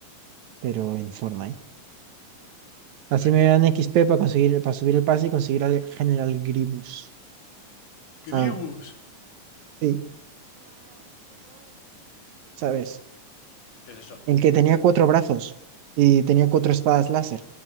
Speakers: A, on the right (about 70°); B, on the left (about 80°).
A: pero en Fortnite. Así
B: Renta.
A: me dan XP para conseguir, para subir el pase y conseguir al General Grievous
B: Gribus.
A: Ah, sí. ¿Sabes?
B: ¿Qué es eso?
A: El que tenía cuatro brazos y tenía cuatro espadas láser.